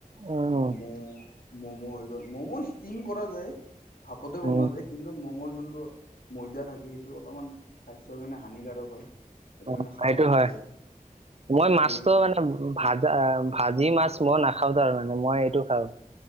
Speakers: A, on the right; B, on the left.
A: উম
B: মম', মম' হৈ গ'ল, ম'ম' ষ্টিম কৰা যায়। ভাপতে বনোৱা
A: উম
B: যায় কিন্তু মম'ৰ যোনটো ময়দা থাকে, সেইটো অলপমান স্বাস্থ্যৰ কাৰণে হানিকাৰক হয়।
A: অ'
B: কাৰণে খাব
A: সেইটো
B: নালাগে
A: হয়, মই
B: সেইটো
A: মাছটো
B: কাৰণে
A: মানে ভাজা ভাজি মাছ। মই নাখাওঁ কাৰণে, মই এইটো খাওঁ।